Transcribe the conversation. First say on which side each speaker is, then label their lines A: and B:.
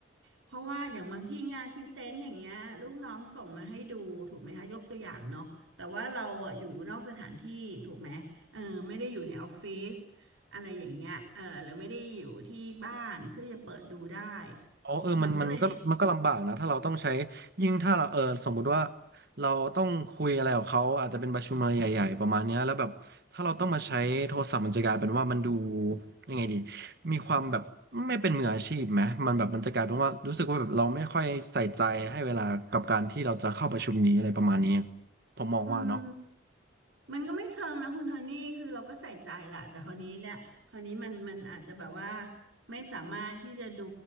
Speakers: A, on the right (about 80°); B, on the right (about 50°).
A: เพราะว่าอย่างบางที่งานพรีเซนต์อย่างเงี้ยลูกน้องส่งมาให้ดูถูกไหมคะยกตัวอย่างเนาะแต่ว่าเราอะอยู่นอกสถานที่ถูกไหมเออไม่ได้อยู่ในออฟฟิศอะไรอย่างเงี้ยเออหรือไม่ได้อยู่ที่บ้านเพื่อจะเปิดดูได้
B: อ๋อเออมันมันก็มันก็ลำบากนะถ้าเราต้องใช้
A: มันก็เลย
B: ยิ่งถ้าเราเออสมมุติว่าเราต้องคุยอะไรกับเขาอาจจะเป็นประชุมอะไรใหญ่ๆประมาณเนี้ยแล้วแบบถ้าเราต้องมาใช้โทรศัพท์มันจะกลายเป็นว่ามันดูยังไงดีมีความแบบไม่เป็นมืออาชีพไหมมันแบบมันจะกลายเป็นว่ารู้สึกว่าแบบเราไม่ค่อยใส่ใจให้เวลากับการที่เราจะเข้าประชุมนี้อะไรประมาณนี้ผมมองว่าเนาะ
A: อืม มันก็ไม่เชิงนะคุณโทนี่คือเราก็ใส่ใจแหละ แต่คราวนี้เนี่ยคราวนี้มันมันอาจจะแบบว่าไม่สามารถที่จะดู